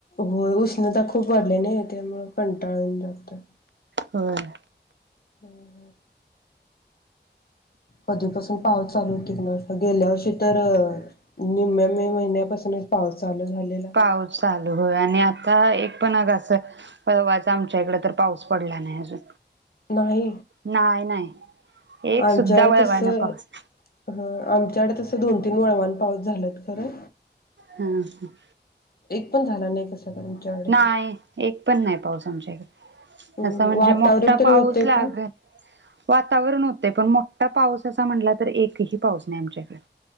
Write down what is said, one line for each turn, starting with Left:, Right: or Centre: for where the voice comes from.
Left: होय उष्णता खूप वाढली नई त्यामुळं. कंटाळून जातोय.
Right: होय.
Left: ह‌् ह कधीपासून पाऊस चालू होतोय कुणास ठाऊक गेल्या वर्षी तर निम्म्या मे महिन्यापासूनच पाऊस चालू झालेला
Right: पाऊस चालू हो आणि आ -- काय एक पण अगं असं वळवाचा आमच्या इकडं तर पाऊस पडला नाही अजून.
Left: नाही.
Right: नाही नाही एक
Left: आमच्याकडे
Right: सुद्धा वळवा
Left: तसं
Right: ना पाऊस
Left: ह‌् आमच्याकडे तसं दोन तीन वळवान पाऊस झाल्यात. खरं.
Right: हम् हम.
Left: एक पण झाला नाही कसा. तर आमच्याकडे
Right: नाय. एक पण नाही पाऊस आमच्या इकडं. असं
Left: हम्म
Right: म्हणजे
Left: वातावरण
Right: मोठा
Left: तरी
Right: पाऊस
Left: होते
Right: लागलं
Left: का
Right: वातावरण होतयं पण मो आता पाऊस असा म्हटला तर एकही पाऊस नाही आमच्या इकडे.